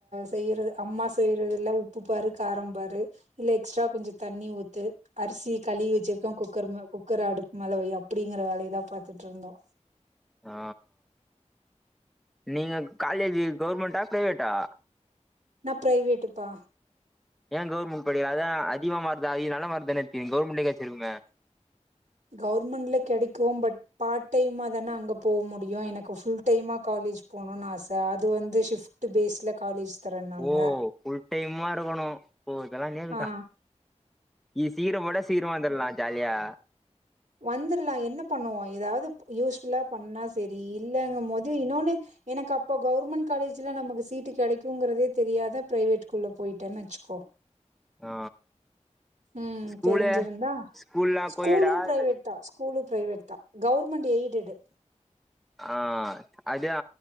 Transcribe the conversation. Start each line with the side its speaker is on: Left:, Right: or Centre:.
Right: செய்றது அம்மா செய்றதுலே உப்பு பாரு கார ம் பாரு இல்ல எஸ்ட்ரா கொஞ்ச தண்ணி ஊத்து அரிசி கழுவி வச்சிருக்கே குக்கர் குக்கர அடுப்பு மேல வை அப்பிடிங்கிற வேலயதா பாத்துட்ருந்தோ
Centre: ஆ நீங்க காலேஜ் கவர்மெண்ட்டா பிரைவேட்டா
Right: நா பிரைவேட்டுப்பா
Centre: ஏ கவர்மெண்ட் படிக் அதா அதிகமா மார்க்தா நல்ல மார்க்தான எடுத்ருக்கிங் கவர்மெண்ட்லயே கெடச்சிருக்குமே
Right: கவுர்மெண்ட்ல கெடைக்கு பட் பார்ட் டைமா தான அங்க போக முடியு எனக்கு ஃபுல் டைமா கா லேஜ் போணுனு ஆச அது வந்து ஷிஃப்ட் பேஸ்ல காலேஜ் தரேன்னாங்க
Centre: ஓ ஃபுல் டைமா இருக்கணு ஓ இதெல்லா நேமுக்கா
Right: ஆ
Centre: இத் சீக்ரம் போட்டா சீக்ரமா வந்தர்லா ஜாலியா
Right: வந்தர்லா என்ன பண்ணுவோ எதாவுது யூஸ்ஃபுல்லா பண்ணா சரி இல்லங்கும் போது இன்னோனு எனக்கு அப்போ கவுர்மெண்ட் காலேஜ்ல நமக்கு சீட்டு கெடைக்குங்கறதே தெரியாத பிரைவேட்டுகுள்ள போய்ட்டன் வச்சுக்கோ ஒ
Centre: ஆ
Right: ம்
Centre: ஸ்கூலு
Right: தெரிஞ்சிருந்தா
Centre: ஸ்கூல்லா
Right: ஸ்கூலும்
Centre: கோயடா
Right: பிரைவேட்
Centre: இல்ல
Right: தா ஸ்கூலு பிரைவேட் தா கவர்மெண்ட் எய்டடு
Centre: ஆ அதா